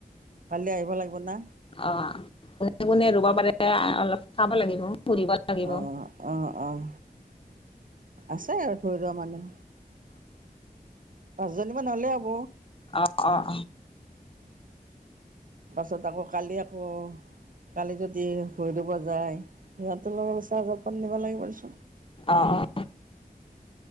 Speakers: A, on the right (about 60°); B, on the left (about 35°).
A: কালি আহিব লাগিব না
B: অ' কোনে-কোনে ৰুব পাৰে অলপ চাব লাগিব। সুধিব লাগিব
A: অঁ, অঁ, অঁ। আছে ইয়াত ভূই ৰুৱা মানুহ। দুজনীমান হ'লেই হ'ব।
B: অ, অ, অ।
A: তই তাকো কালি আকৌ কালি যদি ভূই ৰুব যায়, সিহঁতৰ লগত ছাহজত ক'ত নিব লাগিব
B: অ অ